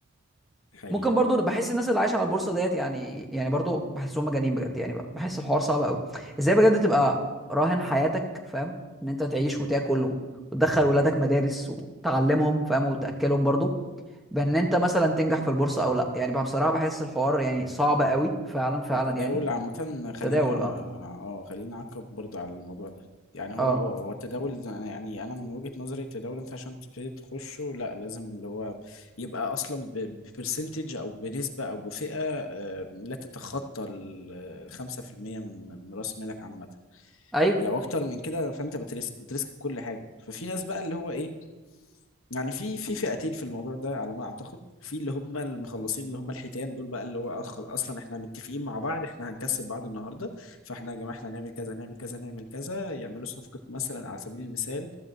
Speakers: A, on the left (about 75°); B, in the centre.
A: حقيقة
B: ممكن برضو بحس الناس اللي عايشة على البورصة ديت يعني يعني برضو بحسهم مجانين بجد يعني بحس الحوار صعب قوي ازاي بجد تبقى راهن حياتك فاهم ان انت تعيش وتاكل و- وتدخل ولادك مدارس وتعلمهم فاهم وتأكلهم برضو بان انت مثلا تنجح في البورصة او لا يعني بقى بصراحة بحس الحوار يعني صعب قوي فعلا فعلا
A: التداول
B: يعني
A: عامة خلينا
B: تداول اه
A: اه خلينا نعقب برضه على الموضوع ده يعني هو
B: اه
A: اه هو التداول ز- يعني انا من وجهة نظري التداول انت عشان تبتدي تخشه لا لازم اللي هو يبقى اصلا ببرسنتج او بنسبة او بفئة آه، لا تتخطى ال- الخمسة في المية من من راس مالك عامة
B: ايوه
A: لو ايوه اكتر ايوه من كده فانت بتريسك بتريسك كل حاجة ففي ناس بقى اللي هو ايه يعني في في فئتين في الموضوع ده على ما اعتقد في اللي هم المخلصين اللي هم الحيتان دول بقى اللي هو أخ- اصلا احنا متفقين مع بعض احنا هنكسب بعض النهارده فاحنا يا جماعه احنا هنعمل كذا نعمل كذا نعمل كذا يعملوا صفقه مثلا على سبيل المثال